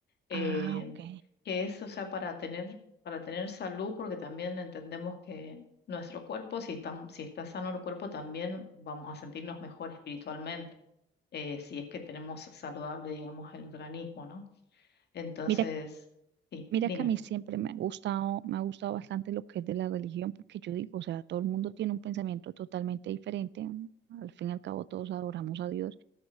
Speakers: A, on the left; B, on the right.
A: eh,
B: Ah, ok.
A: que es, o sea, para tener, para tener salud, porque también entendemos que nuestro cuerpo, si está, si está sano el cuerpo, también vamos a sentirnos mejor espiritualmente, eh, si es que tenemos saludable, digamos, el organismo, ¿no? Entonces,
B: Mira
A: sí,
B: Mira
A: dime.
B: que a mí siempre me ha gustado, me ha gustado bastante lo que es de la religión, porque yo digo, o sea, todo el mundo tiene un pensamiento totalmente diferente. ¿no? Al fin y al cabo todos adoramos a Dios,